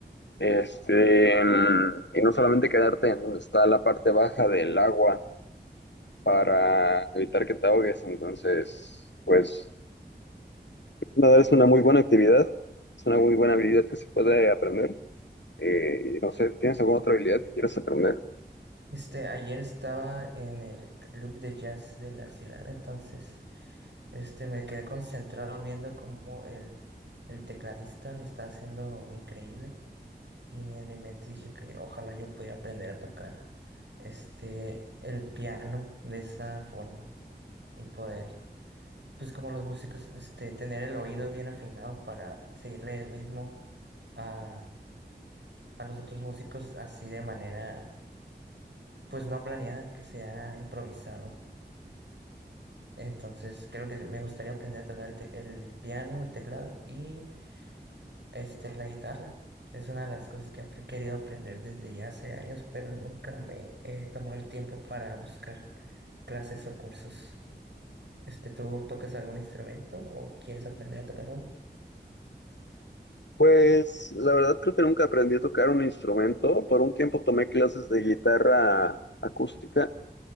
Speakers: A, on the left (about 85°); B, on the right (about 85°).
A: Este, mm, y no solamente quedarte en donde está la parte baja del agua para evitar que te ahogues. Entonces, pues, nadar es una muy buena actividad, es una muy buena habilidad que se puede aprender. Eh, no sé, ¿tienes alguna otra habilidad que quieras aprender?
B: Este, ayer estaba en el club de jazz de la ciudad, entonces, este, me quedé concentrado viendo cómo el, el tecladista lo está haciendo increíble y en mi mente dije que ojalá yo pudiera aprender a tocar, este, el piano de esa forma y poder, pues como los músicos, este, tener el oído bien afinado para seguirle el ritmo a a los otros músicos así de manera, pues no planeada, que sea improvisado. Entonces creo que me gustaría aprender a tocar el, te- el piano, el teclado y este, la guitarra. Es una de las cosas que he apre- querido aprender desde ya hace años, pero nunca me he tomado el tiempo para buscar clases o cursos. Este, ¿tú tocas algún instrumento o quieres aprender a tocar uno?
A: Pues la verdad creo que nunca aprendí a tocar un instrumento. Por un tiempo tomé clases de guitarra acústica,